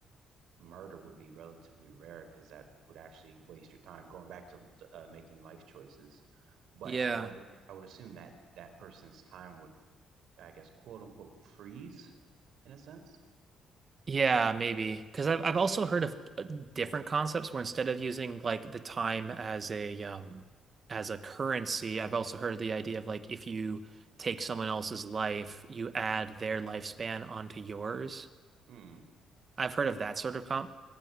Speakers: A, on the right; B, on the right.
A: murder would be relatively rare because that would actually waste your time going back to, uh, making life choices. But
B: Yeah.
A: I would I would assume that that person's time would I guess, quote unquote, freeze in a sense.
B: Yeah, maybe. Because I've I've also heard of uh, different concepts where instead of using like the time as a um as a currency, I've also heard of the idea of like if you take someone else's life, you add their lifespan onto yours.
A: Hmm.
B: I've heard of that sort of com